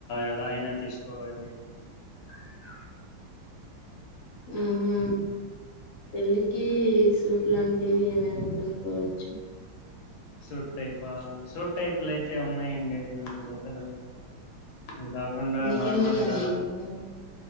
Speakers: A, on the left; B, on the left.
A: ఎలా అయినా తీసుకోవాలి
B: <inaudible> హ్మ్ హు పెళ్ళికి సూట్ లాంటివి ఏమైనా కొనుక్కోవచ్చు
A: సూట్ టైపా సూట్ టైపులు అయితే ఉన్నాయండి రెండు మూడు జతలు అవి కాకుండా
B: ఇంకెందుకు
A: నార్మల్
B: అండి
A: గా
B: కొనడం